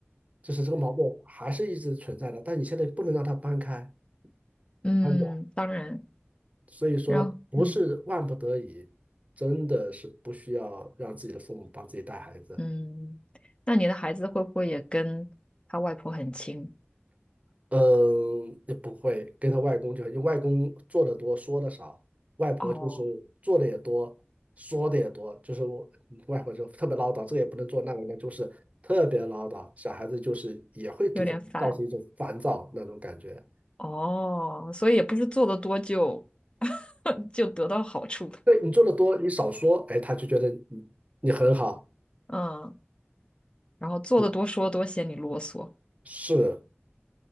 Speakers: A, on the right; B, on the left.
A: 就是这个矛盾还是一直存在的，但你现在不能让他搬开、
B: 嗯，
A: 搬走，
B: 当然，
A: 所以说不是万不得已，
B: 然后，嗯
A: 真的是不需要让自己的父母帮自己带孩子。
B: 嗯，那你的孩子会不会也跟他外婆很亲？
A: 嗯，也不会跟他外公就，因为外公做的多，说的少，外婆就是做的也多，
B: 哦，
A: 说的也多，就是我嗯外婆就特别唠叨，这个也不能做，那个呢就是特别唠叨，小孩子就是也会给人造成一种烦躁那种感觉。
B: 有点反，哦，所以也不是做的多就 <laughs> 就得到好处的，
A: 对你做的多，你少说，哎，他就觉得你你很好，
B: 嗯，然后做的多说多嫌你啰嗦，
A: 嗯，是，